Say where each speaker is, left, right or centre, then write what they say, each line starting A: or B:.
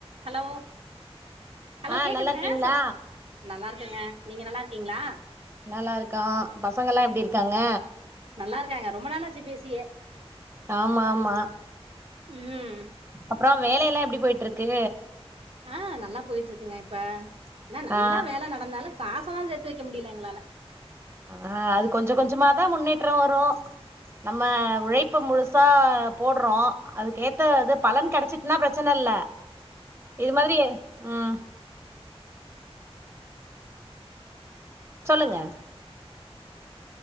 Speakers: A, on the right (about 65°); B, on the right (about 25°).
A: hello Hello
B: ஆ
A: கேக்குதுங்க
B: நல்லா இருக்கீங்களா
A: சொல்லுங்க நல்லா இருக்கங்க நீங்க நல்லா இருக்கீங்களா
B: நல்லா இருக்கோ பசங்கல்லாம் எப்டி இருக்காங்க
A: நல்லா இருக்காங்க ரொம்ப நாளாச்சு பேசியே
B: ஆமா ஆமா
A: ம்
B: அப்பறம் வேல எல்லா எப்டி போயிட் இருக்கு
A: ஆ நல்லா போயிட் இருக்குங்க இப்ப என்ன நல்லா
B: ஆ
A: வேல நடந்தாலும் காச தான் சேத்து வைக்க முடியல எங்களால
B: ஆ அது கொஞ்சோ கொஞ்சமாதான் முன்னேற்றம் வரும் நம்ம உழைப்ப முழுசா போடுறோம் அதுக்கேத்த பலன் கெடச்சி ன்னா பிரச்சன இல்ல இது மாரி ம் சொல்லுங்க